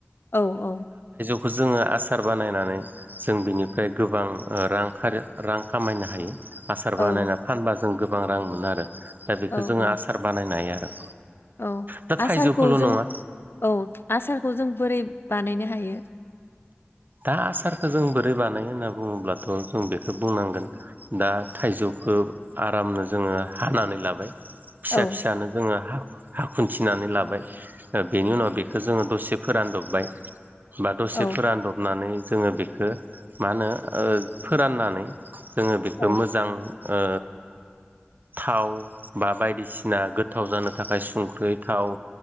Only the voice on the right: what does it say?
बेखौ जोङो आसार बानायनानै जों बिनिफ्राय गोबां अ रां खारो रां खामायनो हायो आसार
बानायना फानबा जों गोबां रां मोनो आरो दा बेखौ
जोङो
आसार बानायनो हायो आरो
दा
थाइजौखौल'
नङा
दा आसारखौ जों बोरै बानायो होनना बुङोब्लाथ' जों बेखौ बुंनांगोन दा थाइजौखौ आरामनो जोङो हानानै लाबाय फिसा-फिसानो
जोङो हा- हा खुथिनानै लाबाय बेनि उनाव बेखौ जोङो दसे फोरानदबबाय बा दसे
फोरानदबनानै जोङो बेखौ मा होनो ओ फोराननानै जोङो बेखौ
मोजां ओ
थाव बा बायदिसिना गोथाव जानो थाखाय संख्रि थाव